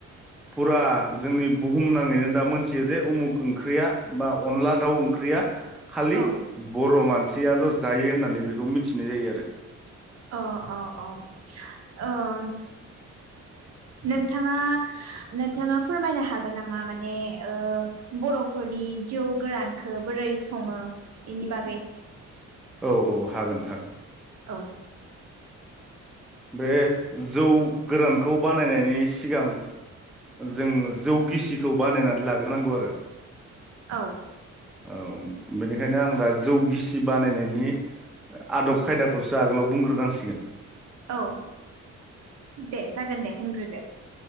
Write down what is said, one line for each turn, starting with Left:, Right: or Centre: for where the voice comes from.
Centre: फुरा जोंनिब बुहुम नाङैनो दा मोनथियो जे उमुख ओंख्रिया बा अनला दाउ ओंख्रिया खालि
Right: औ
Centre: बर' मान सियाल' जायो होननानै बेखौ मिथिनाय जायो आरो।
Right: अ अ अ ओम। नोंथाङा नोंथाङा फोरमायनो हागोन नामा माने ओ बर'फोरनि जौ गोरानखो बोरै सङो बेनि बागै?
Centre: औ औ हागोन हागोन।
Right: औ।
Centre: बे जौ गोरानखौ बानायनायनि सिगां जों जौ गिसिखौ बानायनानै लाग्रोनांगौ आरो।
Right: औ।
Centre: औ बेनिखायनो आं दा जौ गिसि बानायनायनि आदब खायदाखौसो आगोलाव बुंग्रोनांसिगोन।
Right: औ दे जागोन दे होनग्रोदो।